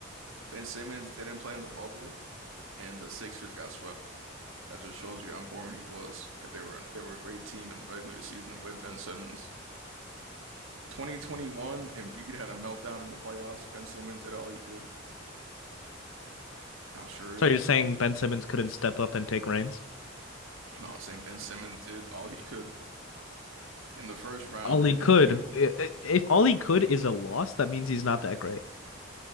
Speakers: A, on the right; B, on the left.
A: Ben Simmons didn't play in the bubble, and the Sixers got swept. That just shows you how important he was because they were they were a great team in the regular season with Ben Simmons. 2021, Embiid had a meltdown in the playoffs. Ben Simmons did all he could. I'm sure,
B: So you're saying Ben Simmons couldn't step up and take reins?
A: no, I'm saying Ben Simmons did all he could. In the first round,
B: All he could,
A: Embiid
B: i- i- if all he could is a loss, that means he's not that great.